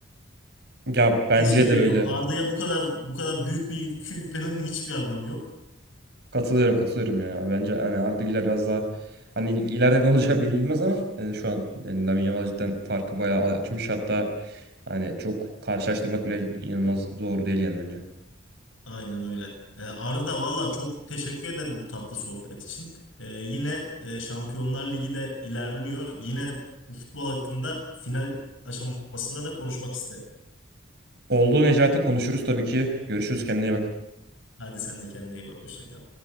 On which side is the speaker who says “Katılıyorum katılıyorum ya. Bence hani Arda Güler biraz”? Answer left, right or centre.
Right